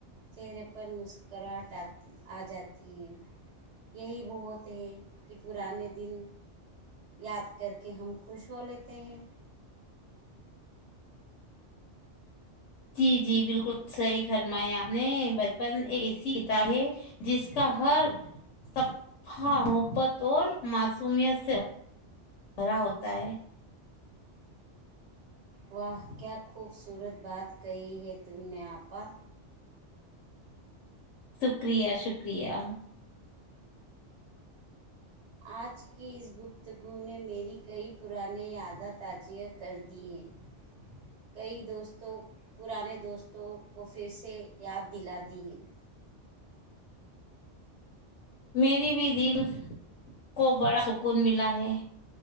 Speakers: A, on the right; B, on the left.
A: چہرے پر مسکراہٹ آ آ جاتی ہے یہی وہ ہوتے ہیں کہ پرانے دن یاد کر کے ہم خوش ہو لیتے ہیں
B: جی جی بالکل صحیح فرمایا آپ نے بچپن ایک ایسی کتاب ہے جس کا ہر صفہ محبت اور معصومیت سے بھرا ہوتا ہے
A: وہاہ کیا خوبصورت بات کہی ہے تم نے آپا
B: شکریہ شکریہ
A: اج کی اس گفتگو نے میری کئی پرانے عادت اجی کر دی ہیں کئی دوستوں پرانے دوستو کو پھر سے یاد دلاتی ہیں
B: میری بھی دل کو بڑا سکون ملا ہے